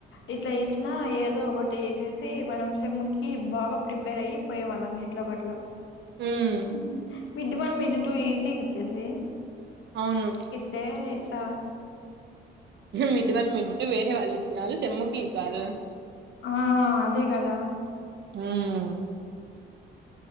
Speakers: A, on the left; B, on the right.
A: ఇట్లా ఇచ్చినా ఏదో ఒకటి చ్ మనం సేమ్ముకి బాగా ప్రిపేర్ అయి పోయే వాళ్ళం ఎట్లో కట్లా
B: ఉమ్
A: ఉం మిడ్ వన్ మిడ్ టూ ఈజీగా ఇచ్చెసి
B: అవును
A: అంటే ఎట్లా
B: మిడ్ వన్ మిడ్ టూ వేరే వాళ్ళు వచ్చినారు సెమ్ కి ఈ సారు
A: ఆ అదే కదా
B: హ్మ్